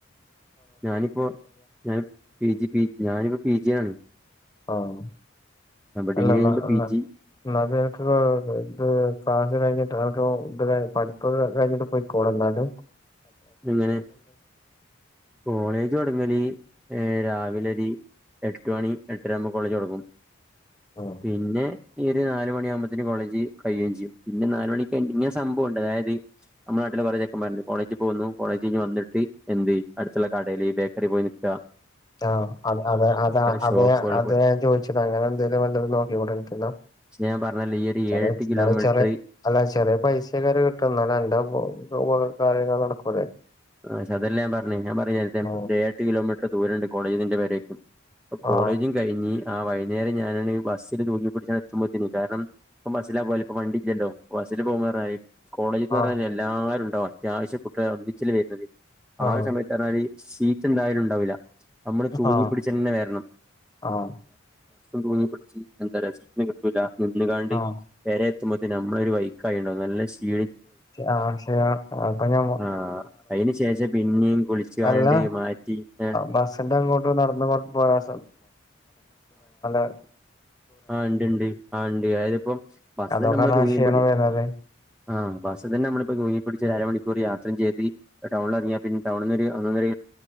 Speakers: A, in the centre; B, on the left (about 20°).
A: ഞാനിപ്പോ ഞാൻ പി ജി പി ഞാനിപ്പോ പി ജി ആണ്.
B: ആഹ്.
A: ഡിഗ്രി
B: അല്ല
A: കഴിയുമ്പോ
B: അല്ല അല്ല
A: പി ജി
B: എന്നാപ്പ എനക്ക് ഇത് കാജ കഴി ട്ടാകെ ഇത് പഠിപ്പ് കഴിഞ്ഞിട്ട് പോയിക്കോള് എന്നാല്.
A: എങ്ങനെ കോളേജ് തൊടങ്ങല് ഏഹ് രാവിലെരി എട്ട് മണി എട്ടര ആവുമ്പോ കോളേജ് തൊടങ്ങും.
B: ആഹ്
A: പിന്നെ ഈ ഒരു നാല് മണി ആവുമ്പത്തേന് കോളേജ് കഴിയേം ചെയ്യും പിന്നെ നാലുമണിക്ക് പിന്നെ സം ബോണ്ട് അതായത് നമ്മ നാട്ടില് കുറേ ചെക്കന്മാരിണ്ട് കോളേജിൽ പോകുന്നു കോളേജ് കഞ്ഞ് വന്നിട്ട് എന്ത് അടുത്തുള്ള കടെല് ബേക്കറി പോയി നിക്ക
B: ആ അ അത അത അതെ
A: ഷോപ്പുകൾ
B: അതെ
A: പോയി
B: ചോദിച്ചത് അങ്ങനെ എന്തേലും വല്ല നോക്കിക്കൂടെ ആൻക്ക് എന്ന.
A: പക്ഷെ ഞാൻ പറഞ്ഞല്ലോ ഈ ഒരു
B: ചെറ
A: ഏഴെട്ട്
B: എന്നാല്
A: കിലോമീറ്റർ
B: ചെറിയ അല്ല ചെറിയ പൈസ കറി കിട്ടും എന്നാലും എന്റെ അഹ് കാര്യങ്ങള് നടക്കൂലെ?
A: പ് അതല്ല ഞാ പറഞ്ഞു ഞാൻ പറഞ്ഞ നേരത്തെ
B: ആഹ്
A: ഏ എട്ട് കിലോമീറ്റർ ദൂര ഉണ്ട് കോളേജ് നിന്റെ വരേക്കും ഇപ്പൊ കോളേജും
B: ആഹ്
A: കഴിഞ്ഞ് ആ വൈന്നേരം ഞാനാണെ ബസിൽ തൂക്കി പിടിച്ചാണ് എത്തുമ്പോത്തിന് കാരണം ഇപ്പം ബസ്സില പോല ഇപ്പ വണ്ട ഇല്ലല്ലോ അരി പോകേറ കോളേജ് എന്ന്
B: ആഹ്
A: പറഞ്ഞൽ എല്ലാരും ഉണ്ടാവും അത്യാവശ്യം കുട്ടിക ഒന്നിച്ചിൽ വരുന്നത് ആ
B: ആഹ്
A: സമയത്ത് പറഞ്ഞാല് സീറ്റ് എന്തായാലും ഉണ്ടാവില്ല നമ്മള് തൂങ്ങി
B: ആഹ്
A: പിടിച്ചന്നെ വരണം
B: ആഹ്
A: തൂങ്ങി എന്തീറ്റന് കിട്ടൂല്ല നിന്നുകാണ്ട്
B: ആഹ്
A: വേറെ നമ്മളൊ ഒരു ബൈക്ക ആ ഉണ്ടോ നല്ല ഷി
B: ആ ശരി അപ്പൊ ഞാൻ
A: ആഹ് അയിന് ശേഷം പിന്നിം കുളിച്ച്കാണ്ട്
B: അല്ല
A: മാറ്റി ഏഹ്
B: ബസിന്റെ അങ്ങോട്ട് നടന്ന് പോയാ <unintelligible>
A: ആ ഇണ്ട് ഇണ്ട് ആ ഇണ്ട് അതിപ്പം ബസലെന്നെ
B: അതുകൊണ്ടാണ്
A: നമ്മള്
B: ആ
A: തൂങ്ങി
B: ക്ഷീണം
A: പ്പിടി
B: വരുന്നത്
A: ആഹ ബസ് തന്നെ നമ്മിപ്പോ തൂങ്ങിപ്പിടിച്ച് ഒരു അരമണിക്കൂർ യാത്ര ചെയ് ടൗണിൽ അറങ്ങിയ പിന്ന ടൗണന്ന് ഒരു ഒന്നൊന്നര